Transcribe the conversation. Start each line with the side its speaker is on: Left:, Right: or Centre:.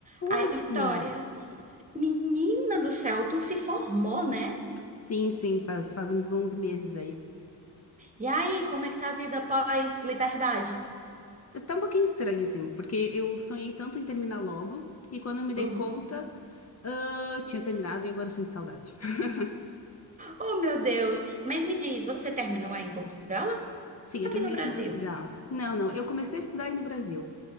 Right: Ai,
Left: Oi,
Right: Vitória,
Left: guria.
Right: menina do céu, tu se formou, né?
Left: Sim, sim, faz, faz uns 11 meses aí.
Right: E aí, como é que tá a vida pós-liberdade?
Left: Tá um pouquinho estranho, assim, porque eu sonhei tanto em terminar logo, e quando eu me dei
Right: Uhum.
Left: conta, ah, tinha terminado e agora eu sinto saudade. <laughs>
Right: Oh, meu Deus. Mas me diz, você terminou aí em Portugal ou
Left: Sim, eu
Right: aqui
Left: terminei
Right: no Brasil?
Left: aqui em Portugal. Não, não, eu comecei a estudar aí no Brasil,